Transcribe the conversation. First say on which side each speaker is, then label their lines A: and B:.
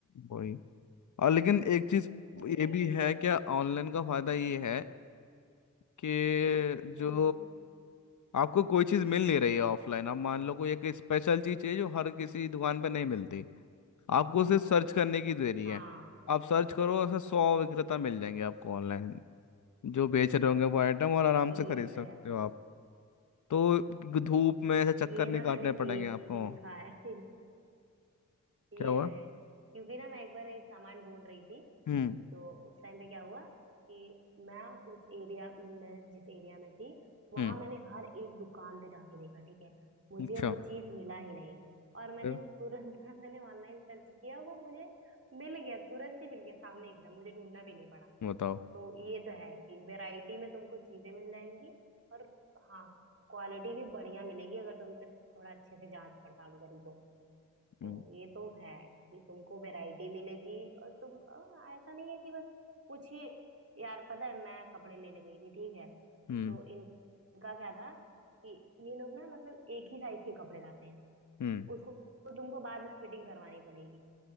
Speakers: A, on the left; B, on the right.
A: वही और लेकिन एक चीज
B: तो
A: ये
B: वही
A: भी
B: दो
A: है क्या ऑनलाइन का फायदा
B: हम्म
A: ये है कि
B: हम्म,
A: जो आपको कोई चीज मिल नहीं रही है ऑफलाइन आप मान लो कोई एक स्पेशल चीज चाहिए जो हर किसी दुकान पे नहीं मिलती आपको सिर्फ सर्च करने की देरी
B: हाँ
A: है आप सर्च करो ऐसे सौ विक्रेता मिल जाएंगे आपको ऑनलाइन जो बेच रहे होंगे वो आइटम और आराम
B: ये
A: से खरीद सकते
B: तो है
A: हो आप तो धूप में ऐसे चक्कर
B: ये
A: नहीं
B: ना
A: काटने
B: मैंने
A: पड़ेंगे
B: फेस
A: आपको
B: दिखा है <laughs> ये
A: क्या हुआ
B: तो है क्योंकि ना मैं एक बार एक सामान ढूंढ रही थी
A: हम्म
B: तो उस टाइम पे क्या हुआ कि मैं उस एरिया मैं जिस एरिया में थी वहां
A: हम्म
B: मैंने हर एक दुकान पे जाके देखा ठीक है मुझे
A: अच्छा
B: वो चीज मिला ही नहीं और मैंने
A: फिर?
B: तुरंत <laughs> ना मैंने ऑनलाइन सर्च किया वो मुझे मिल गया तुरंत ही मिल गया सामने एकदम मुझे ढूंढना भी नहीं
A: बताओ
B: तो ये तो है कि वैरायटी में तुमको चीजें मिल जाएंगी और हाँ क्वालिटी भी बढ़िया मिलेगी अगर तुमने थोड़ा अच्छे से जांच पड़ताल करी तो
A: हम्म
B: तो ये तो है कि तुमको वैरायटी मिलेगी और तुम अ, ऐसा नहीं है कि बस कुछ ही यार पता है मैं कपड़े लेने गई थी ठीक है
A: हम्म
B: तो इन- इनका क्या था कि ये लोग ना मतलब एक ही साइज के कपड़े लाते हैं
A: हम्म
B: उसको तो तुमको बाद में फिटिंग करवानी पड़ेगी